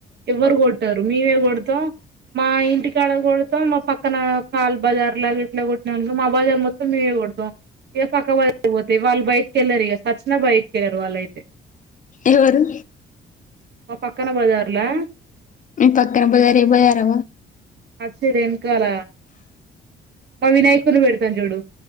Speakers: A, on the right (about 60°); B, on the left (about 40°).
A: ఎవ్వరు కొట్టరు మేమే కొడతాం. మా ఇంటి కాడ కుడుత, మా పక్కన కాళ్ బజార్ లాగా ఇట్లా కుట్టినాను అనుకో మా బజార్ మొత్తం మీ చూడ ఏ పక్క వాళ్ పోతాయి వాళ్ళు బయటకి వెళ్ళారు. ఇక సచ్చిన బయటకి వెళ్ళరు వాళ్ళయితే.
B: ఎవరు?
A: ఆ పక్కన బజార్లో
B: పక్కన బజార్ ఏ బజార్.
A: అది సరే వెనకాల మా వినాయకుని పెడతాం చూడు